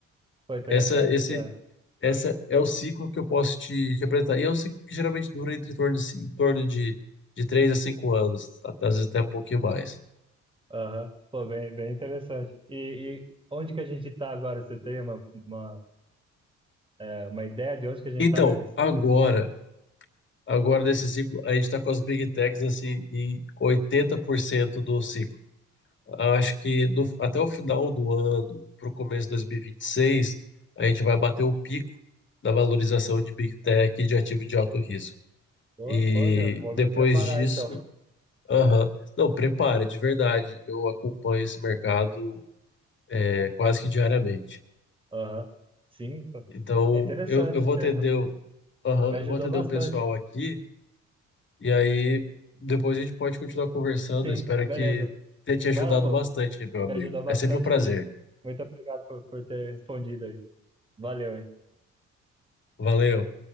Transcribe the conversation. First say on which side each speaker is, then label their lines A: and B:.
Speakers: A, on the right; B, on the left.
A: Pô, interessante,
B: Essa, esse,
A: tá?
B: essa é o ciclo que eu posso te, te apresentar. E é um ciclo que geralmente dura entre em torno de, ci- em torno de, de 3 a cinco anos, até- às vezes até um pouquinho mais.
A: Aham. Pô, bem, bem interessante. E, e onde que a gente tá agora? Você tem uma, uma, é, uma ideia de onde que a gente
B: Então,
A: tá nesse ciclo?
B: agora, agora nesse ciclo, a gente está com as Big Techs assim, em 80% do ciclo. Acho que do- até o final do ano, para o começo de 2026, a gente vai bater o pico da valorização de Big Tech e de ativo de alto risco.
A: Pô,
B: E
A: pô, já vou
B: depois
A: me preparar
B: disso
A: então.
B: Aham. Não, prepara, de verdade. Eu acompanho esse mercado é, quase que diariamente.
A: Aham. Sim, pô.
B: Então,
A: É interessante.
B: eu, eu vou
A: tá?
B: atender o, aham,
A: Me ajudou
B: eu vou atender
A: bastante.
B: o pessoal aqui e aí depois a gente pode continuar conversando.
A: Sim,
B: Eu espero
A: beleza.
B: que tenha te
A: Vai
B: ajudado
A: lá, pô.
B: bastante, meu
A: me
B: amigo.
A: ajudou bastante,
B: É sempre um prazer.
A: sim. Muito obrigado por, por ter respondido aí. Valeu, hein?
B: Valeu.